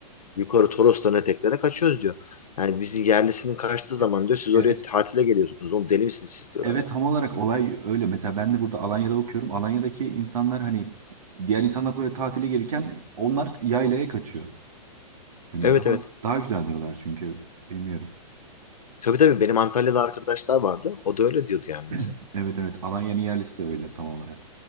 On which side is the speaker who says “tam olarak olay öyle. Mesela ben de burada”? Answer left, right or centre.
Right